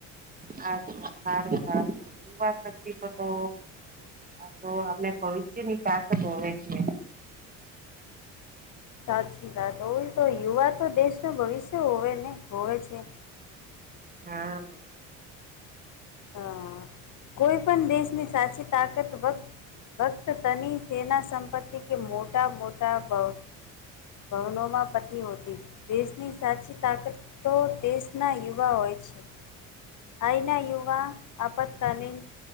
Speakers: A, on the right; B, on the left.
A: હા સારું સારું યુવા શક્તિ તો તો હ તો આપને ભવિષ્યની પાસે જોવે છીએ
B: સાચી વાત હોું તો યુવા તો દેશનું ભવિષ્ય હોવે ને હોવે છે
A: હા
B: અ કોઈ પણ દેશની સાચી તાકત વક્ત ભક્ત તની સેના સંપત્તિ કે મોટા મોટા ભ બવનોમાં પતિ હોતી દેશની સાચી તાકત તો દેશના યુવા હોય છે અહીના યુવા આપત્કાલીીન